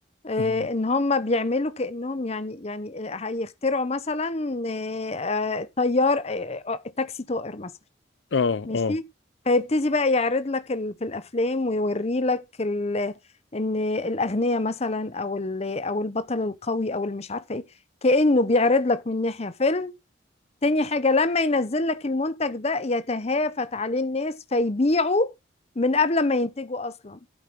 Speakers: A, on the left (about 35°); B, on the left (about 70°).
A: آه
B: مهم.
A: ان هم بيعملوا كأنهم يعني يعني آه، هيخترعوا مثلا آه آه، طيار آه آه، تاكسي طائر مثلا
B: اه
A: ماشي
B: اه
A: فيبتدي بقى يعرض لك ال- في الافلام ويوري لك ال- ان الاغنياء مثلا او ال- او البطل القوي او اللي مش عارفه ايه كأنه بيعرض لك من ناحية فيلم تاني حاجة لما ينزل لك المنتج ده يتهافت عليه الناس فيبيعوا من قبل ما ينتجوا أصلا